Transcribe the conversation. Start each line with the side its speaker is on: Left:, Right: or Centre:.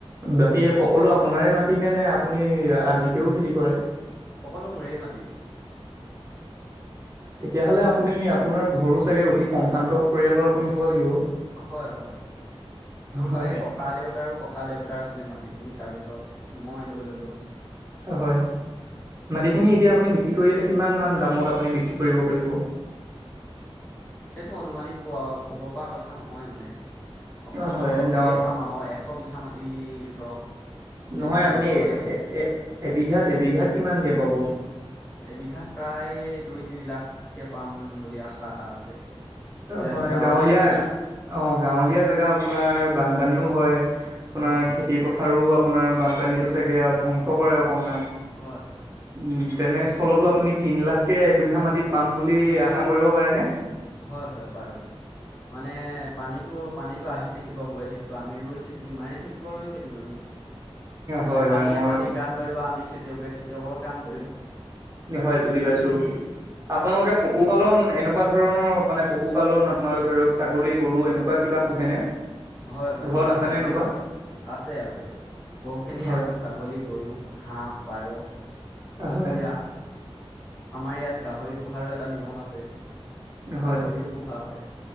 Right: বাকী সকলো আপোনাৰে মাটিনে নে আপুনি আধিকেও খেতি কৰে?
Left: সকলো মোৰ মাটি।
Right: তেতিয়া হ'লে আপুনি আপোনাৰ ঘৰ চাগে অতি সম্ভ্ৰান্ত পৰিয়ালৰ আপুনি হ'ব লাগিব।
Left: হয় হয় হয় মোৰ
Right: হয়
Left: মানে ককা দেউতাৰো ককা দেউতাৰ আছিল। মাটিখিনি তাৰ পিছত মই লৈ ল'লো।
Right: হয়। মাটিখিনি এতিয়া আপুনি বিক্ৰী কৰিলে কিমান মান দামত আপুনি বিক্ৰী কৰিব পাৰিব? <inaudible>
Left: সেইটো অনুমানিক কোৱা কব পৰা কথা নহয় মানে। আপোনাৰ
Right: অ হয়
Left: ধৰক
Right: গাঁও
Left: ঢেৰ পাম আৰু এশ বিঘা মাটি ধৰক
Right: নহয়
Left: এনেকৈ
Right: আপুনি
Left: বেচিবলৈ হ'লে
Right: এ এবিঘাট এবিঘাট কিমানকে পাব?
Left: এবিঘাত প্ৰায় দুই তিনি লাখকে পাম বুলি আশা এটা আছে। যিহেতু
Right: হয় গাঁৱলীয়া
Left: জেগা
Right: অ' গাঁৱলীয়া জেগা আপোনাৰ বানপানীও হয়। আপোনাৰ
Left: হয় হয়
Right: খেতি পথাৰো আপোনাৰ বানপানী চাগে আৰু ধ্বংস কৰে অকনমান।
Left: হয়, হয়।
Right: উ, তেনেস্থলতো আপুনি তিন লাখকে একবিঘা মাটিত পাম বুলি আশা কৰিব পাৰেনে?
Left: হয়, হয়, পাৰোঁ মানে পানীটো পানীটো আহি থাকিব গৈ থাকিব কিবা আমি ৰৈ থাকিম মাৰি থাকিব ৰৈ থাকিম আমি মানে
Right: হয়
Left: পানীয়ে
Right: হয় মই
Left: পানী কাম কৰিব আমি খেতিয়কে খেতিয়কৰ কাম কৰিম।
Right: হয়, বুজি পাইছো। আপোনালোকে পশুপালন এনেকুৱা ধৰণৰ মানে পশুপালন আপোনালোকে ধৰিৰক ছাগলী গৰু এনেকুৱা কি বা পোহেনে?
Left: হয়, হয়,
Right: ঘৰত
Left: আমাৰ
Right: আছেনে
Left: ছাগলী
Right: এনেকুৱা
Left: আছে, আছে, বহুখিনিয়ে
Right: হয়
Left: আছে ছাগলী গৰু হাঁহ পাৰ কুকুৰা,
Right: হয়
Left: আমাৰ ইয়াত গাহৰি পোহাৰো এটা নিয়ম আছে।
Right: হয়,
Left: গাহৰিও পোহা হয়।